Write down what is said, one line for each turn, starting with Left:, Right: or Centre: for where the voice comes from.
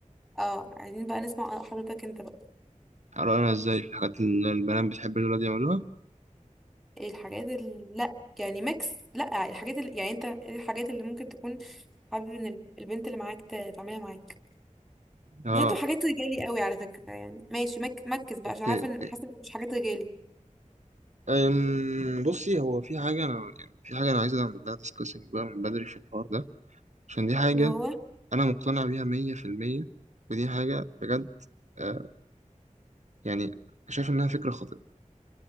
Centre: اه عايزين بقى نسمع حضرتك انت بقى
Right: هقرأنا إزاي الحاجات اللي البنات بتحب الولاد يعملوها؟
Centre: ايه الحاجات اللي لا يعني ميكس لا الحاجات اللي يعني انت ايه الحاجات اللي ممكن تكون حابب ان ال- البنت اللي معاك ت- تعملها معاك
Right: آه
Centre: مش انتوا حاجات رجالي قوي على فكره يعني ماشي مك... مكس بقى
Right: أوكي
Centre: عشان عارفه
Right: أوكي
Centre: ان حاسه إن مفيش حاجات رجالي
Right: أم بصي هو في حاجة أنا يعني في حاجة أنا عايز أعمل لها ديسكاسنج بقى من بدري في الحوار ده عشان دي حاجة
Centre: اللي هو
Right: أنا مقتنع بيها مية في المية ودي حاجة بجد آه يعني شايف إنها فكرة خاطئة